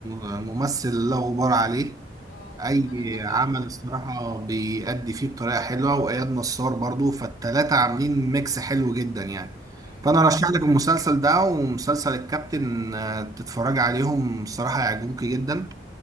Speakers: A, on the right (about 20°); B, on the left (about 85°).
A: ممثل لا غبار عليه
B: اه
A: اي
B: انا بحبه
A: عمل
B: اوي
A: الصراحه بيأدي فيه بطريقه حلوه واياد نصار برضو فالتلاته عاملين ميكس حلو جدا يعني
B: امم
A: فانا ارشح لك المسلسل ده ومسلسل الكابتن آه، تتفرج عليهم الصراحه هيعجبوك جدا